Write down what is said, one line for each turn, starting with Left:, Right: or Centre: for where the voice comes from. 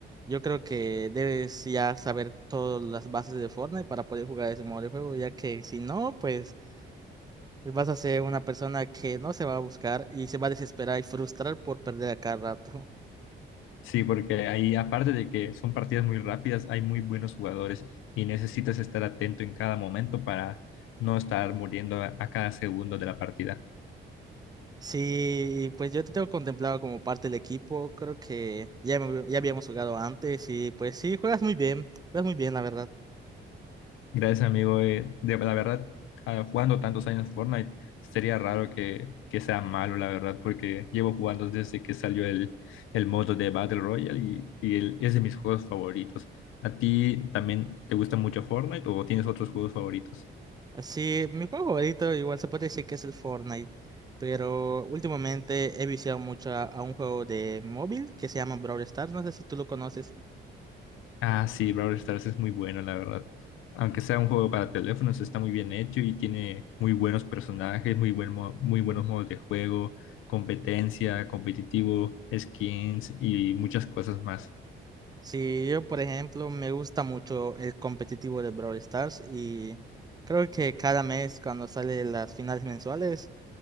Right: Yo creo que debes ya saber todas las bases de Fortnite para poder jugar ese modo de juego, ya que si no, pues vas a ser una persona que no se va a buscar y se va a desesperar y frustrar por perder a cada rato.
Left: Sí, porque ahí, aparte de que son partidas muy rápidas, hay muy buenos jugadores y necesitas estar atento en cada momento para no estar muriendo a a cada segundo de la partida.
Right: Sí, pues yo te tengo contemplado como parte del equipo, creo que ya, me- ya habíamos jugado antes y pues sí, juegas muy bien, juegas muy bien, la verdad.
Left: Gracias, amigo. eh, de, la verdad, ah, jugando tantos años Fortnite, sería raro que, que sea malo, la verdad, porque llevo jugando desde que salió el, el modo de Battle Royale y, y el- es de mis juegos favoritos. ¿A ti también te gusta mucho Fortnite o tienes otros juegos favoritos?
Right: Sí, mi juego favorito igual se puede decir que es el Fortnite, pero últimamente he viciado mucho a, a un juego de móvil que se llama Brawl Stars, no sé si tú lo conoces.
Left: Ah, sí, Brawl Stars es muy bueno, la verdad. Aunque sea un juego para teléfonos, está muy bien hecho y tiene muy buenos personajes, muy buen mo- muy buenos modos de juego, competencia, competitivo, skins y muchas cosas más.
Right: Sí, yo por ejemplo me gusta mucho el competitivo de Brawl Stars y creo que cada mes cuando salen las finales mensuales